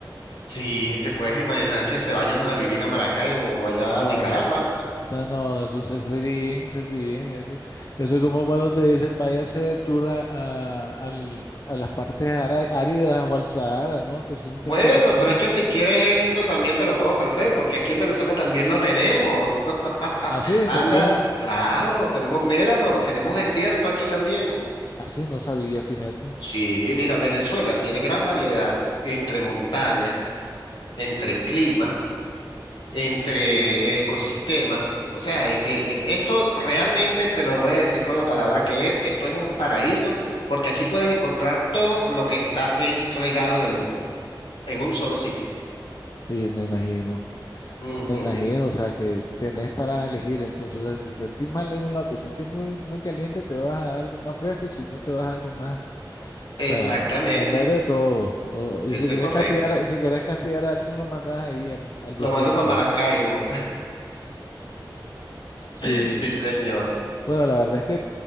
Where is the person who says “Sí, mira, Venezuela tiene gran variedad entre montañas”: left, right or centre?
Left